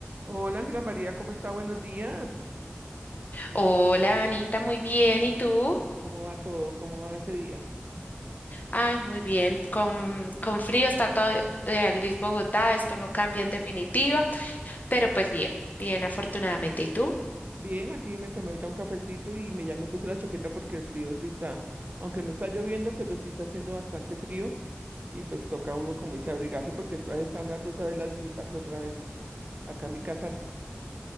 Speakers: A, on the right (about 40°); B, on the left (about 40°).
A: Hola Ángela María, ¿cómo está? Buenos días.
B: Hola Anita, muy bien. ¿Y tú?
A: ¿Cómo va todo? ¿Cómo va ese día?
B: Ay, muy bien. Con, con frío está todo eh, gris Bogotá. Esto no cambia en definitiva, pero pues bien, bien afortunadamente. ¿Y tú?
A: Bien, aquí me tomé ahorita un cafecito y me, ya me puse la chaqueta porque el frío sí está, aunque no está lloviendo, pero sí está haciendo bastante frío y pues toca uno como dice abrigarse porque est- están dando otra vez las gripas, otra vez. Acá en mi casa